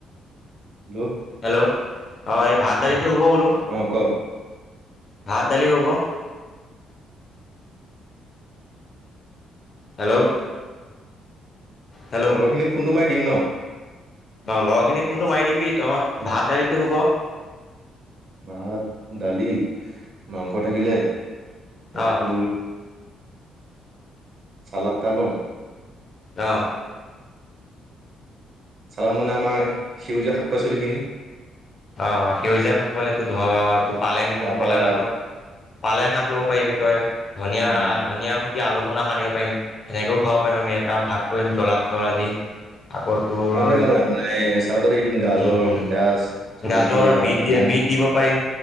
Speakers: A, on the right; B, on the left.
A: হেল্ল'
B: হেল্ল' অ এই ভাত দালিটো হব বোলো।
A: অ ক
B: ভাত দালি হ'ব হেল্ল' হেল্ল'
A: লগৰখিনিক ফোনটো মাৰি দিম ন।
B: অ ল'ৰা খিনি ফোনটো মাৰি দিবি তই ভাত দালিতো হ'ব।
A: ভাত, দালি। মাংস থাকিলে তাতো
B: অঁ
A: চালাত এটা লম
B: অহ
A: চালা মানে আমাৰ সেউজীয়া শাক পাচলিখিনি।
B: অ সেউজীয়া শাক পালে তো ধৰ তো পালেং
A: তাৰপৰা
B: পালেং শাকত পালেং শাক ল'ব পাৰিবি তই ধনিয়া
A: উম
B: আহ ধনিয়া। নিয়া আলোখনা সানিব পাৰিম সেনেকেও খাব পাৰিম আমি এটা ভাগ কৰিম জ্বলা চলা দি আকৌ তোৰ
A: <unintelligible> আপোনাৰ এই চালতত হেৰি দিম গাজৰ,
B: উম উম
A: পিঁয়াজ, জলকীয়া,
B: গাজৰ বিট
A: নেমু
B: দি বিট দিব পাৰিম